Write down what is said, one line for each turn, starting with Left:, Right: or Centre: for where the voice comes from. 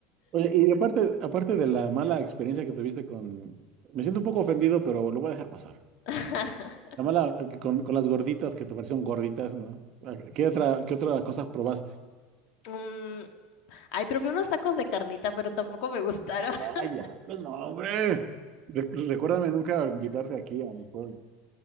Right: Oye, y aparte, aparte de la mala experiencia que tuviste con... Me siento un poco ofendido, pero lo voy a dejar pasar.
Left: <laughs>
Right: La mala, eh, que con, con las gorditas que te parecieron gorditas, ¿no? Ah, ¿Qué otra, qué otra cosa probaste?
Left: Mm, ay, probé unos tacos de carnita, pero tampoco me gustaron. <laughs>
Right: Ay, diablos, no, hombre. Re- recuérdame nunca invitarte aquí a mi pueblo.